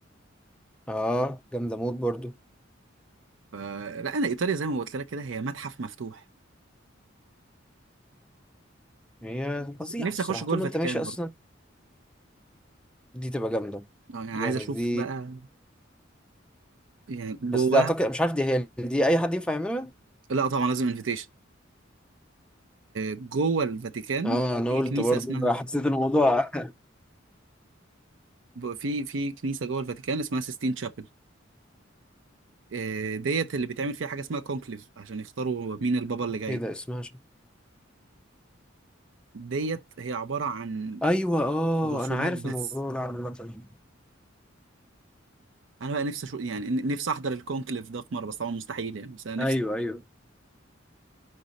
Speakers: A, in the centre; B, on the right.
A: اه جامده موت برضه
B: فلا انا ايطاليا زي ما قلت لك كده هي متحف مفتوح
A: هي فظيعة
B: نفسي
A: الصراحة
B: اخش جوه
A: طول
B: الفاتيكان
A: ما انت ماشي اصلا
B: برضه
A: دي تبقى جامدة
B: اه يعني عايز
A: يعني
B: اشوف
A: دي
B: بقى يعني جواه
A: بس دي اعتقد مش عارف دي هي دي اي حد ينفع يعملها
B: لا طبعا لازم انفيتيشن جوه الفاتيكان
A: اه انا
B: في
A: قلت
B: كنيسه
A: برضه
B: اسمها
A: حسيت الموضوع
B: في في كنيسه جوه الفاتيكان اسمها سيستين تشابل آه، ديت اللي بيتعمل فيها حاجه اسمها كونكليف عشان يختاروا مين البابا
A: <laughs>
B: اللي جاي
A: ايه ده اسمها شو
B: ديت هي عباره عن
A: ايوه اه
B: رسومات
A: انا عارف
B: بس
A: الموضوع ده عامة
B: انا بقى نفسي اشوف يعني ن- نفسي احضر الكونكليف ده في مره بس طبعا مستحيل يعني بس انا نفسي
A: ايوه ايوه